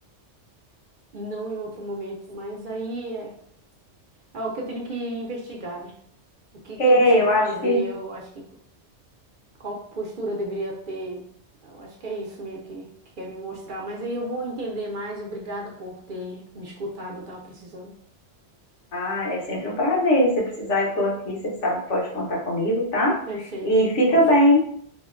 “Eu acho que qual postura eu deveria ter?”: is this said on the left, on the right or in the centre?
Right